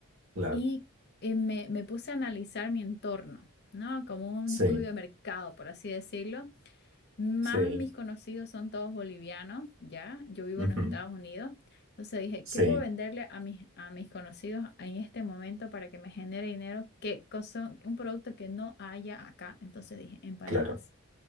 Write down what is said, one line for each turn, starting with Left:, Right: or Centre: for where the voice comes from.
Right: Claro,
Left: Y eh, me, me puse a analizar mi entorno, ¿no? Como un
Right: sí,
Left: estudio de mercado, por así decirlo. Más
Right: sí.
Left: mis conocidos son todos bolivianos, ¿ya? Yo vivo
Right: Ujú.
Left: en los Estados Unidos. Entonces dije,
Right: Sí,
Left: ¿qué puedo venderle a mis, a mis conocidos en este momento para que me genere dinero? ¿Qué cosa? Un producto que no haya acá. Entonces dije, empanadas
Right: claro,